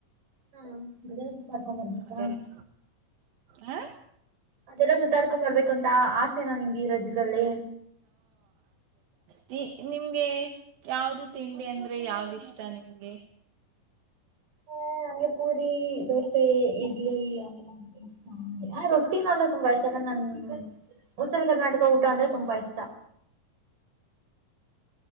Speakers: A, on the right; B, on the right.
A: ಹ್ಮ ಬೆಡತಿ ಕರ್ಕೋಬರ್ಬೇಕಾ
B: ಅದೆಲ್ಲ ಹ
A: ಅದೆಲ್ಲ ಸುತ್ತಾಡಿಕೊಂಡು ಬರಬೇಕು ಅಂತ ಆಸೆನ ನಿಮ್ಗೆ ಈ ರಾಜ್ದಲ್ಲಿ
B: ತಿ ನಿಮ್ಗೆ ಯಾವ್ದು ತಿಂಡಿ ಅಂದ್ರೆ ಯಾವ್ದ ಇಷ್ಟ ನಿಮ್ಗೆ
A: ಹ ಹೆ ಪೂರಿ ದೋಸೆ ಇಡ್ಲಿ ಎಲ್ಲ ರೊಟ್ಟಿ ಅಂದ್ರು ತುಂಬ ಇಷ್ಟ ನನ್ ಉತ್ತರ ಕರ್ನಾಟಕ ಊಟ ಅಂದ್ರೆ ತುಂಬಾ ಇಷ್ಟ